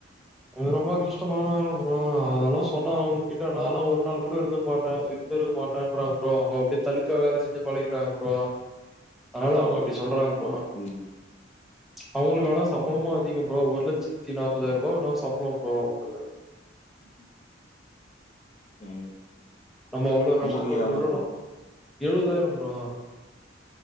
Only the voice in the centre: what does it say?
உனுக்கு ரொம்ப கஷ்டமான வேல ப்ரோ அதெல்லா சொன்னா உங்கிட்ட நாயெல்லா ஒரு நாள் கூட இருந்துருக்கமாட்டே இருந்துருக்கமாட் ப்றாங்க ப்ரோ அவுங்க அப்பிடியே தலுக்கா வேல செஞ்சி பழகிட்டாங்க ப்ரோ அதனால அவுங்க அப்பிடி சொல்றாங்க
அவுங்களுக் ஆனா சம்பளமு அதிகோ ப்ரோ ஒரு லட்சத்தி நாப்பதாயிருவா என்னவோ சம்பளம் ப்ரோ அவுங்களுக்கு
நம்ம அவ்ளோ கஷ்டப்பட்டுக்குடோ
நம் எழுவதாயிரம் ப்ரோ